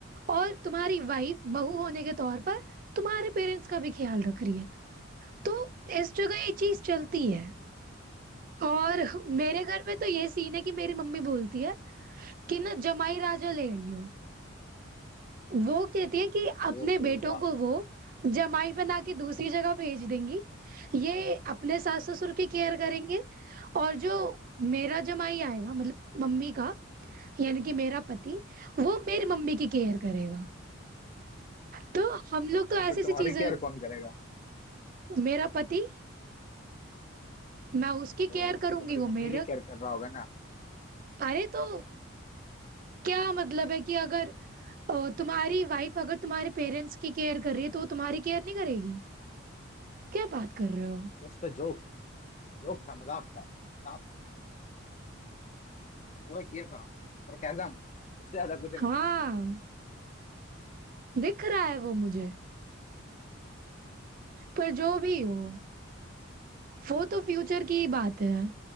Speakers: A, on the right; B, on the left.
A: और तुम्हारी वाइफ बहू होने के तौर पर तुम्हारे पेरेंट्स का भी ख्याल रख रही है तो इस जगह ये चीज चलती है और मेरे घर में तो ये सीन है कि मेरी मम्मी बोलती है कि ना जमाई राजा ले आई हो वो कहती है कि अपने
B: ओहो
A: बेटों
B: वाह
A: को वो जमाई बना के दूसरी जगह भेज देंगी ये अपने सास ससुर की केयर करेंगे और जो मेरा जमाई आएगा मतलब मम्मी का यानी कि मेरा पति वो मेरी मम्मी की केयर करेगा तो हम लोग तो ऐसी
B: तो फिर
A: सी
B: तुम्हारी
A: चीजें
B: केयर कौन करेगा
A: मेरा पति मैं उसकी केयर
B: ओह
A: करूंगी
B: तो तुम्हारी
A: वो
B: मम्मी
A: मेरा
B: की केयर कर रहा होगा ना
A: अरे तो क्या मतलब है कि अगर अ, तुम्हारी वाइफ अगर तुम्हारे पेरेंट्स की केयर कर रही है तो वो तुम्हारी केयर नहीं करेगी क्या बात कर रहे हो
B: Just a joke जोक था मजाक था साफ वो किया था सरकाजम उससे ज्यादा कुछ नहीं
A: हाँ दिख रहा है वो मुझे पर जो भी हो वो तो फ्यूचर की ही बात है